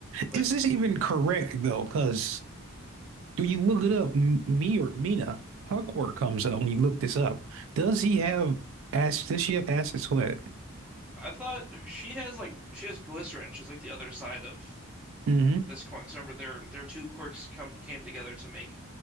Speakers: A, in the centre; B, on the right.
A: But
B: Is this even correct though? Because when you look it up, M- me or Mina Huckworth comes up when you look this up. Does he have ass does she have acid sweat?
A: I thought she has like she has glycerin. She's like the other side of
B: Mm-hmm.
A: this coin. 'Cause remember their their two quirks come came together to make